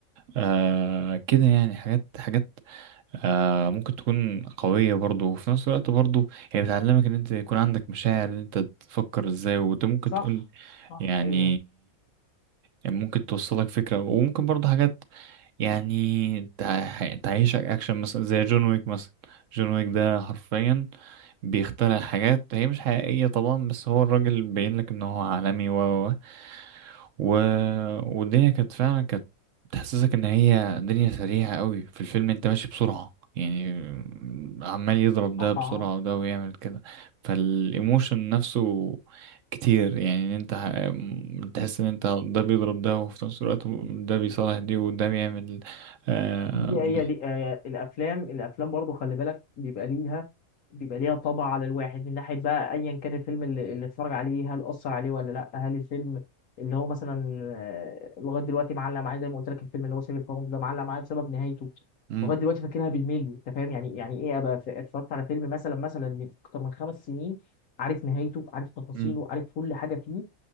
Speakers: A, on the right; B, on the left.
A: آه كده يعني حاجات حاجات آه ممكن تكون قوية برضو وفي نفس الوقت برضو هي بتعلمك ان انت يكون عندك مشاعر ان انت تفكر ازاي وممكن
B: صح
A: تكون
B: صح
A: يعني
B: ايوه
A: يعني ممكن توصلك فكرة وممكن برضه حاجات يعني تع- تعيشك أكشن مثلا زي جون ويك مثلا جون ويك ده حرفيا بيخترع حاجات هي مش حقيقية طبعا بس هو الراجل بيبين لك إن هو عالمي و و و والدنيا كانت فعلا كانت تحسسك إن هي دنيا سريعة قوي في الفيلم أنت ماشي بسرعة يعني عمال يضرب ده
B: صح
A: بسرعة
B: اه
A: وده ويعمل كده فالإيموشن نفسه كتير يعني انت ه- م- تحس ان انت ده بيضرب ده وفي نفس الوقت ده بيصالح دي وده بيعمل آه
B: هي
A: بي.
B: هي دي آه، الافلام الافلام برضو خلي بالك بيبقى ليها بيبقى ليها طبع على الواحد من ناحيه بقى ايا كان الفيلم اللي, اللي اتفرج عليه هل اثر عليه ولا لا هل الفيلم اللي هو مثلا آه، لغايه دلوقتي معلق معايا زي ما قلت لك الفيلم اللي هو سيفن فاوند ده معلق معايا بسبب نهايته
A: مم.
B: لغايه دلوقتي فاكرها بالملي انت فاهم يعني يعني ايه ابقى ف- اتفرجت على فيلم مثلا مثلا من اكتر من خمس سنين عارف نهايته عارف تفاصيله
A: مم.
B: عارف كل حاجه فيه